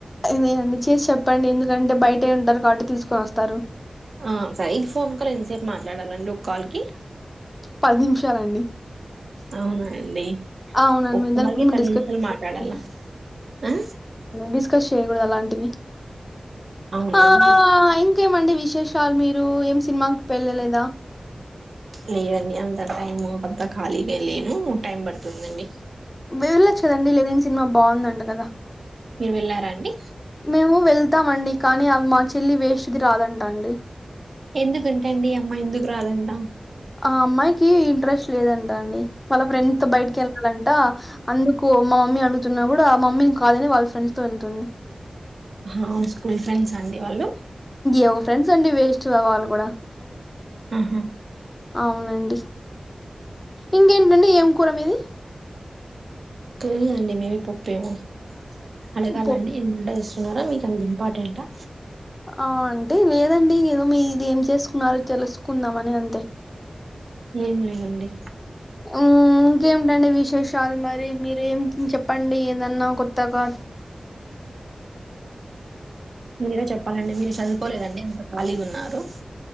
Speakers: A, on the left; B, on the right.
A: నే అన్ని చేసి చెప్పండి ఎందుకంటే బయట ఉంటరు కాబట్టి తీసుకొనోస్తారు
B: ఆ సేజ్ ఫోన్కాల్ ఎంతసేపు మాట్లాడాలండి ఒకాల్ కి
A: పది నిమిషాలండి
B: అవునా అండి
A: అవునండి
B: ఉప్ప
A: మీ దాని
B: మళ్ళీ
A: గురించి
B: పది
A: డిస్కస్
B: నిమిషాలు మాట్లాడలా
A: చేయండి.
B: ఆ
A: డిస్కస్ చేయకూడదు అలాంటిది
B: అవునా
A: ఆ
B: అండి
A: కేమండి విశేషాలు మీరు ఏం సినిమాక్పెళ్ళలేదా
B: లేదండి అంత టైం కొంత ఖాళీగా లేను టైం పడుతుందండి
A: వేళ్లొచ్చదండి లెనిన్ సినిమా బాగుందంట కదా
B: మీరు వెళ్ళారా అండి
A: మేము వెళ్తామ అండి కానీ అవి మా చెల్లి వేస్ట్ది రాదంట అండి
B: ఎందుకుంట అండి అమ్మ ఎందుకురాదంట
A: ఆ అమ్మాయికి ఇంట్రెస్ట్ లేదంట అండి తన ఫ్రెండ్తో బయటకేళ్ళాలంట అందుకు మా మమ్మీ అడుగుతున్న కూడా మమ్మీని కాదని వాళ్ళ ఫ్రెండ్స్తో వెళ్తుంది
B: ఆ స్కూల్ ఫ్రెండ్స అండి వాళ్ళు
A: ఏం ఫ్రెండ్స్ అండి వేస్ట్ గా వాళ్ళు కూడా
B: ఆహ
A: అవునండి ఇంకేంటండి ఏం కూర మీది
B: తేలిదండి మేబి పప్పేమో అడగాలండి
A: పప్పు
B: ఏంట ఉన్నారా మీకు అంత ఇంపార్టెంటా
A: ఆ అంటే లేదండి ఏదో మీది ఏం చేసుకున్నారో తెలుసుకుందాం అని అంతే ఆ
B: ఎం లేదండి
A: ఆ ఇంకేటండి విశేషాలు మరి మీరేం చెప్పండి ఏదన్నా కొత్తగా
B: మీరే చెప్పాలండి మీరు చదువుకోలేదండి అంత ఖాళీగున్నారు